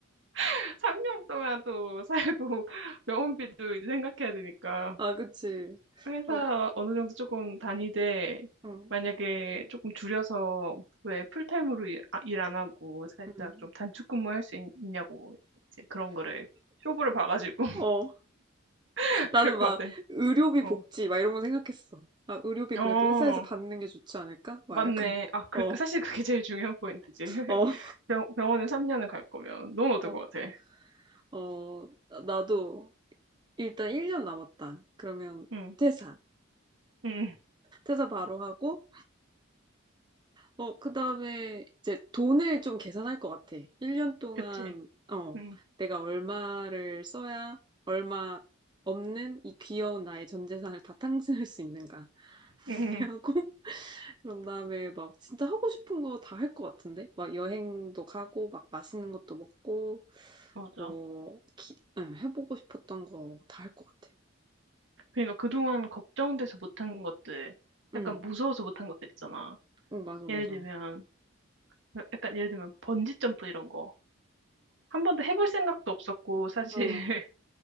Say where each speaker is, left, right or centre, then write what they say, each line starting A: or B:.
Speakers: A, on the right; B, on the right.
A: <laughs> 3년 동안도 살고, <laughs> 병원비도 이제 생각해야 되니까.
B: 아, 그치.
A: 회사
B: 어,
A: 어느 정도 조금 다니되,
B: 어,
A: 만약에 조금 줄여서, 왜 풀타임으로 일 안 하고, 살짝
B: 음.
A: 좀 단축 근무할 수 있, 냐고 이제 그런 거를, 쇼부를 봐가지고,
B: 어.
A: <laughs>
B: 나는
A: 그럴
B: 막
A: 것 같아.
B: 의료비
A: 어.
B: 복지 막 이런 거 생각했어. 아, 의료비 그래도
A: 어.
B: 회사에서 받는 게 좋지 않을까? 막
A: 맞네.
B: 약간
A: 아,
B: <laughs>
A: 그,
B: 어,
A: 사실 그게 제일 중요한 포인트지. <laughs>
B: 어,
A: 병, 병원을 3년을 갈 거면, 넌 어떨
B: 어,
A: 것 같아?
B: 어, 나도 일단 1년 남았다. 그러면
A: 응,
B: 퇴사.
A: 응,
B: 퇴사 바로 하고 어, 그다음에 이제 돈을 좀 계산할 것 같아. 1년 동안
A: 그치.
B: 어,
A: 응,
B: 내가 얼마를 써야 얼마 없는 이 귀여운 나의 전 재산을 다 탕진할 수 있는가 <laughs>
A: 응,
B: 하고 그런 다음에 막 진짜 하고 싶은 거 다 할 것 같은데? 막 여행도 가고, 막 맛있는 것도 먹고,
A: 맞아.
B: 뭐, 기, 응, 해보고 싶었던 거 다 할 것 같아.
A: 그러니까 그동안 걱정돼서 못한 것들,
B: 응,
A: 약간 무서워서 못한 것들 있잖아.
B: 응, 맞아, 맞아.
A: 예를 들면, 약간 예를 들면 번지점프 이런 거. 한 번도 해볼 생각도 없었고, 사실.
B: 어,
A: <laughs>